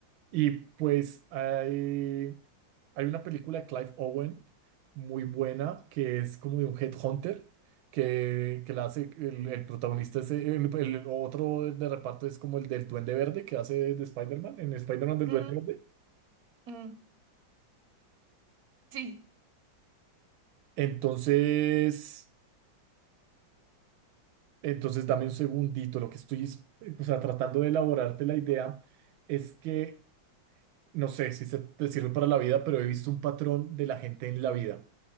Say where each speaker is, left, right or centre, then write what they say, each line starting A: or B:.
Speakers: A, on the right; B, on the right.
A: Y pues hay, hay una película de Clive Owen muy buena que es como de un headhunter que, que la hace el, el protagonista es eh, el, el otro de reparto es como el del Duende Verde que hace de, de Spider-Man, en Spider-Man del
B: mm,
A: Duende Verde.
B: mm, Sí,
A: Entonces, entonces dame un segundito, lo que estoy, es- o sea, tratando de elaborarte la idea es que, no sé si se te sirve para la vida, pero he visto un patrón de la gente en la vida.